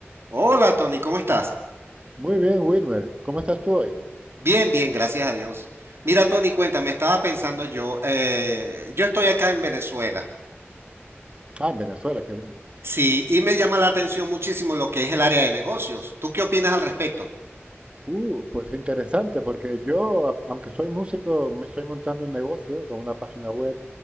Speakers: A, on the right; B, on the right.
A: Hola Tony, ¿cómo estás?
B: Muy bien, Wilmer. ¿Cómo estás tú hoy?
A: Bien, bien, gracias a Dios. Mira Tony, cuéntame, estaba pensando yo, eh, yo estoy acá en Venezuela,
B: Ah, en Venezuela, qué bien.
A: sí, y me llama la atención muchísimo lo que es el área de negocios. ¿Tú qué opinas al respecto?
B: Uh, pues interesante, porque yo, a- aunque soy músico, me estoy montando un negocio con una página web